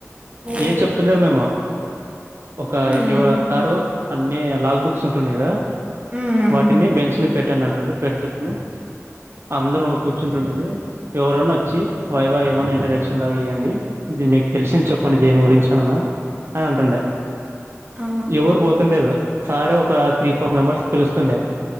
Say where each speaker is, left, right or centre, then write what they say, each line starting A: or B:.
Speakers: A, on the right; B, on the right.
A: ఓ
B: ఏం చెప్తులేదు మేము ఒక
A: ఉమ్
B: యో సారు అన్నీ లాగ్ బుక్స్ ఉంటున్నాయి కదా
A: ఉమ్
B: వాటిని బెంచ్ మీ పెట్టండి అంటుండి పెడుతుంటిమి అందరూ కూర్చుంటుంటిమి ఎవరన్నా వొచ్చి వైవా ఏమన్నా ఇంట్రడక్షన్ లాగా ఇయ్యండి ఇది మీకు తెలిసింది చెప్పండి దేని గురించి అనన్నా అని అంటుండే
A: ఆ
B: ఎవరు పోతుండేది సారే ఒక త్రీ ఫోర్ మెంబర్స్ పిలుస్తుండే